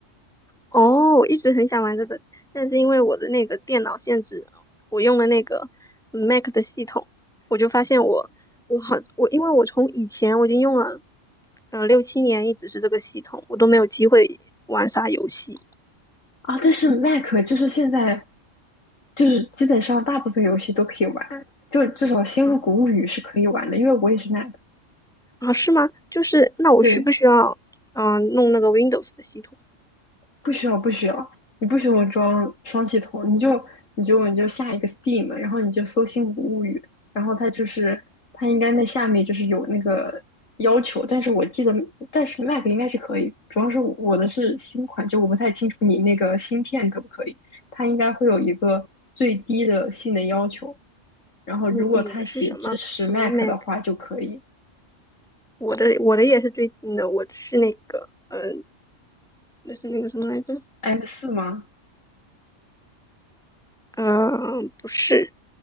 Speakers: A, in the centre; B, on the left.
A: 哦，我一直很想玩这个，但是因为我的那个电脑限制，我用了那个 Mac 的系统，我就发现我我好我因为我从以前我已经用了呃六七年，一直是这个系统，我都没有机会玩啥游戏。
B: 啊，但是 Mac 就是现在就是基本上大部分游戏都可以玩，就至少《星露谷物语》是可以玩的，
A: 嗯，
B: 因为我也是 Mac。
A: 啊是吗？就是那我需不需要嗯、
B: 对，
A: 呃弄那个 Windows 的系统？
B: 不需要不需要，你不需要装双系统，你就你就你就下一个 Steam，然后你就搜《星谷物语》，然后它就是它应该那下面就是有那个要求，但是我记得，但是 Mac 应该是可以，主要是我的是新款，就我不太清楚你那个芯片可不可以，它应该会有一个最低的性能要求。然后如果他写支持
A: 你你的是什么什么
B: Mac
A: Mac？
B: 的话就可以。
A: 我的我的也是最近的，我是那个嗯、呃，那是那个什么来着？
B: m 四吗？
A: 嗯，不是，